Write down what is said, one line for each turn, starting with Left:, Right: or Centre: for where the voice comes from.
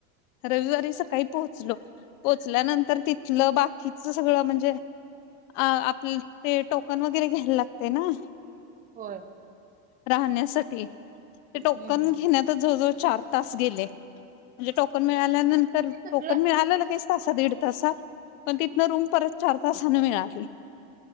Left: रविवारी सकाळी पोहोचलो पोहोचल्यानंतर तिथलं बाकी च सगळं म्हणजे आप ते टोकन वगैरे घ्यायला लागते ना
Right: होय
Left: राहण्यासाठी ते टोकन
Right: हम्म हम्म हम्म
Left: घेण्यात जवळ जवळ चार तास गेले म्हणजे टोकन मिळाल्यानंतर
Right: ते सगळं
Left: टोकन मिळालं लगेच तासात दीड ताासात पण तिथनं रूम परत चार तासाने मिळाली